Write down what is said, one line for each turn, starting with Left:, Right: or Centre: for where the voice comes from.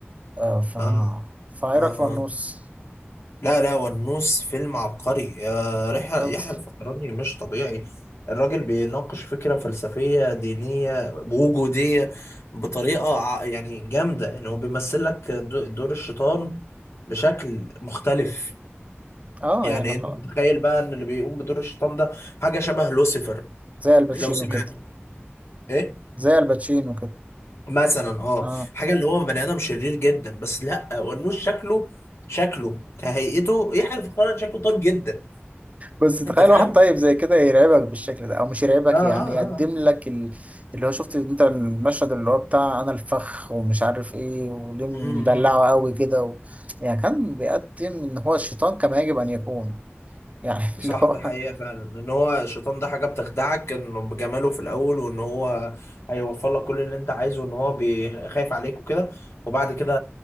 Right: آه ف
Left: اه
Right: فايه
Left: اه
Right: رايك
Left: اه
Right: في ونوس
Left: لا لا والنوس فيلم عبقري يا رحلة
Right: خلص
Left: يحيى الفخراني مش طبيعي الراجل بيناقش فكرة فلسفية دينية وجودية بطريقة ع- يعني جامدة ان هو بيمثل لك دو- دور الشيطان بشكل مختلف
Right: اه
Left: يعني
Right: يعني خلاص
Left: انت متخيل بقى ان اللي بيقوم بدور الشيطان ده حاجة شبه لوسيفر
Right: زي الباتشينو
Left: لو سمعته
Right: كده
Left: ايه
Right: زي الباتشينو كده
Left: مثلا اه
Right: اه
Left: حاجه اللي هو بني ادم شرير جدا بس لا ونوش شكله شكله كهيئته يحيى الفخراني شكله طيب جدا
Right: بس تخيل
Left: انت فاهم؟
Right: واحد طيب زي كده يرعبك بالشكل ده او مش يرعبك
Left: اه اه
Right: يعني يقدم
Left: اه
Right: لك ال... اللي هو شفت انت المشهد اللي هو بتاع انا الفخ ومش عارف ايه وليه
Left: امم
Right: مدلعه قوي كده و... يعني كان بيقدم ان هو الشيطان كما يجب ان يكون يعني <laughs>
Left: صح
Right: اللي هو
Left: ده
Right: اه
Left: حقيقه فعلا ان هو الشيطان ده حاجه بتخدعك انه بجماله في الاول وان هو هيوفر لك كل اللي انت عايزه وان هو بيخايف عليك وكده وبعد كده